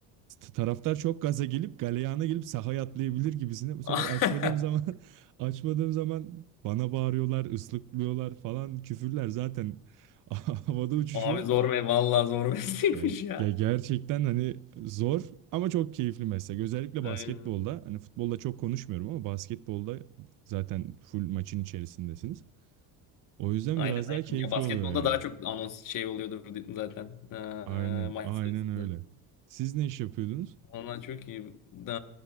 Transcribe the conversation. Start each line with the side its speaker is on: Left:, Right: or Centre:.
Right: T- Taraftar çok gaza gelip galeyana gelip sahaya atlayabilir gibisine. Bu sefer
Left: <laughs>
Right: açmadığım zaman <laughs> açmadığım zaman bana bağırıyorlar, ıslıklıyorlar falan küfürler zaten <laughs> havada uçuşuyor.
Left: Abi zor me vallahi zor meslekmiş
Right: E,
Left: ya.
Right: ge- gerçekten hani zor ama çok keyifli meslek. Özellikle
Left: Aynen.
Right: basketbolda hani futbolda çok konuşmuyorum ama basketbolda zaten full maçın içerisindesiniz. O yüzden
Left: Aynen
Right: biraz
Left: aynen.
Right: daha keyifli
Left: Ya basketbolda
Right: oluyor
Left: daha
Right: yani.
Left: çok anons şey oluyordur zaten. Ee,
Right: Aynen,
Left: maç
Right: aynen
Left: sırasında.
Right: öyle. Siz ne iş yapıyordunuz?
Left: Vallahi çok iyi. Da,